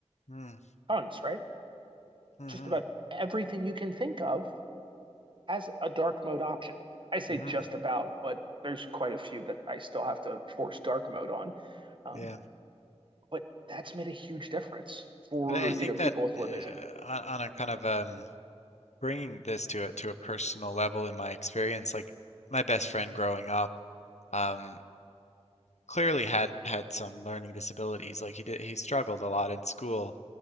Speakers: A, on the left (about 80°); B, on the right (about 45°).
A: Mm,
B: Tons, right?
A: mm-hmm.
B: Just about everything you can think of as a dark mode option. I say
A: Mm-hmm.
B: just about, but there's quite a few that I still have to force dark mode on. Um,
A: Yeah.
B: but that's made a huge difference for,
A: But I I think
B: you know, people
A: that
B: with
A: uh,
B: low vision.
A: on, on a kind of um bringing this to a to a personal level in my experience, like my best friend growing up um, clearly had had some learning disabilities. Like he did, he struggled a lot in school.